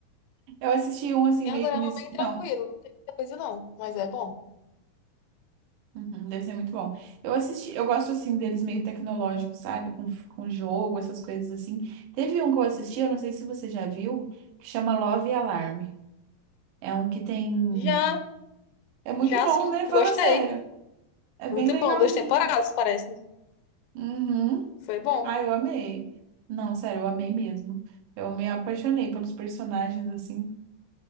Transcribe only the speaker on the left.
É
um drama
bem tranquilo,
não tem muita coisa não, mas é bom.
Já
Já
sim,
gostei.
Muito
bom, duas temporadas, parece.
Foi bom.